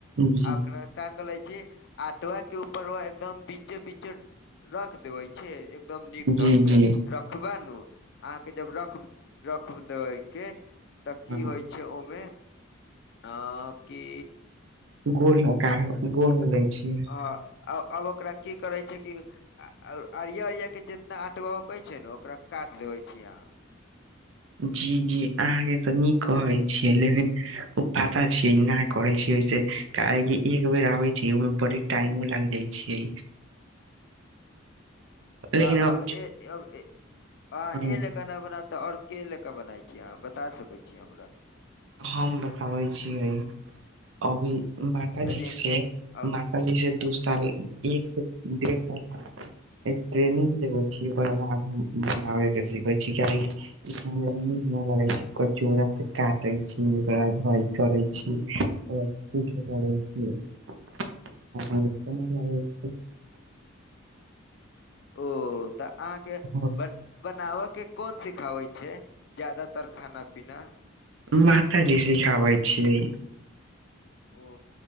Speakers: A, on the right; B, on the left.
A: जी
B: आ ओकरा का कले छीआटवा के ऊपर व एकदम बीचे बीचे रख देवै। छैय एकदम नीक
A: जी
B: ढंग स
A: जी
B: रख। रखबे नु अहाँ के जब रख रख देबै के त की
A: हँ,
B: होइ। छै ओमे। आ की।
A: गोल गोल हो लै छी। <unintelligible>
B: ह अब ओकरा की करै छै कि। अरिया अरयाके जितना आँटवा होकै छै ने ओकरा काटि देबै छी अहाँ।
A: जी जी अहाँके तऽ नीक कहै छियै लेकिन। ओ पता। छै नहि करै छी ओहिस काहेकि एक बेर आबै छै ओहिमे बड़ी टाइमो लाग जाइ छियै। लेकिन
B: तऽ आब
A: अब
B: ए
A: हँ,
B: ल। केना बनाता और के ले के बनाय छी अहाँ बता सकै छी हमरा।
A: हम बताबै छीयै अभी माताजी
B: तनि
A: से
B: अब
A: अी से दू साल एक से डेढ़ साल। ट्रेनिंग देबे छी ओकर बाद हम बनाबे के सिखे छी कि। ई निक ना लगै छै को चूड़ सऽ काटै। छी ओकरा हाय करै छी ओ किछ करै छी। <unintelligible>
B: ओ तऽ अहाँके
A: छै।
B: बन बनाब के कोन सिखाबै छै। जादातर खाना पीना।
A: माता जी सिखाबै छियै।
B: ओ